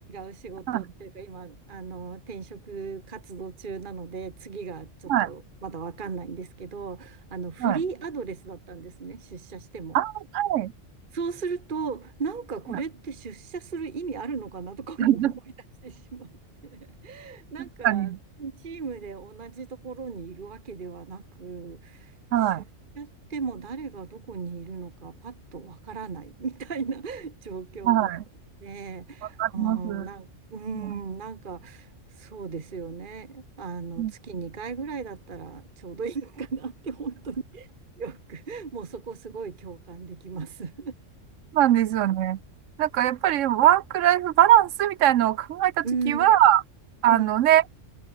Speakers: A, on the right (about 40°); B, on the right (about 75°).
A: う仕事っていうか、
B: はい。
A: 今、あの、転職活動中なので、次がちょっとまだ分かんないんですけど、
B: はい。はい。
A: あの、フリーアドレスだったんですね、
B: はい
A: 出社しても。
B: あ、はい。
A: そうすると、なんかこれって出社する意味あるのかなとかも思い出してしまって、
B: はい <laughs>
A: <laughs> なんかチームで同じところにいるわけではなく、
B: 確かに。はい。
A: 出社しても誰がどこにいるのかパッとわからない <laughs> みたいな <laughs> 状況だったので、
B: はい。わかります。
A: うん、なん、う
B: うん、
A: ん、なんかそうですよね。あの、
B: そ
A: 月2回ぐらいだったらちょうどいいのかなって本当によく、もうそこすごい共感できます。<laughs>
B: うなんですよね。なんかやっぱりでもワークライフバランスみたいなのを考えたときは、
A: うん
B: あのね、
A: うん。